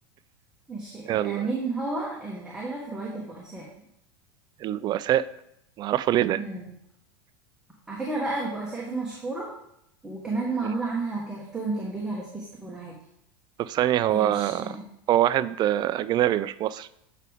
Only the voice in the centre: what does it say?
ماشي آه،
مين هو اللي ألف رواية البؤساء
امم على فكرة بقى البؤساء دي مشهورة وكمان معمول
عنها كرتون كان بيجي على سبيس تون عادي
فهي
مش